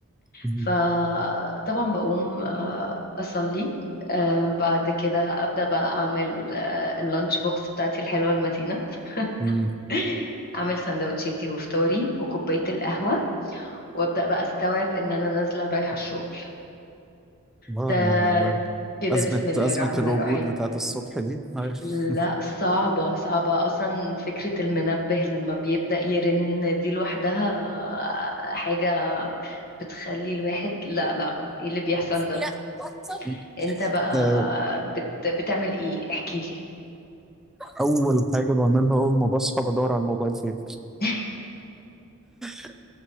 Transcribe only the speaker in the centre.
مم.
مم.
آه،
يعني
أزمة
أزمة
الوجود
بتاعت الصبح دي عارف.
لا بطل.
آه،
أول حاجة بعملها أول ما بصحى بدور على الموبايل فين
<laughs>